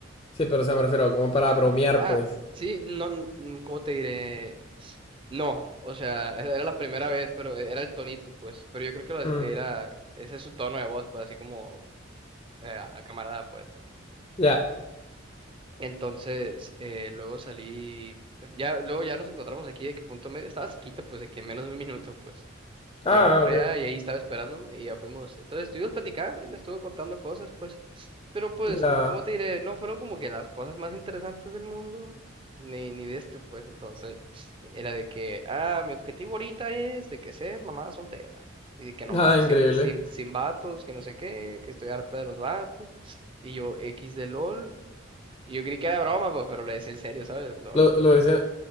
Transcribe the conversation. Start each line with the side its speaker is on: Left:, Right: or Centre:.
Left: Sí, pero o sea, me refiero como para bromear,
Right: Ah,
Left: pues.
Right: sí, no, mm, ¿cómo te diré? No, o sea, era era la primera vez, pero era el tonito, pues. Pero yo creo que lo- era,
Left: Mm,
Right: ese es su tono de voz, pues, así como eh, a camarada, pues.
Left: ya.
Right: Entonces, eh, luego salí, ya, luego ya nos encontramos aquí de que punto medio, estaba cerquita, pues de que menos de un minuto, pues. Y
Left: Ah,
Right: ya fui para
Left: ok.
Right: allá y ahí estaba esperándome y ya fuimos. Entonces estuvimos platicando y me estuvo contando cosas, pues. Pero pues,
Left: Ya.
Right: eh, ¿cómo te diré? No fueron como que las cosas más interesantes del mundo, ni, ni de este, pues. Entonces, era de que, ah, mi objetivo ahorita es de que ser mamá soltera. Y de que nomás,
Left: Ah, increíble.
Right: sin, sin, sin vatos, que no sé qué, que estoy harta de los vatos. Y yo, X de LOL. Yo creí que era broma, pues, pero lo decía en serio, ¿sabes? Lol.
Left: Lo, lo decía.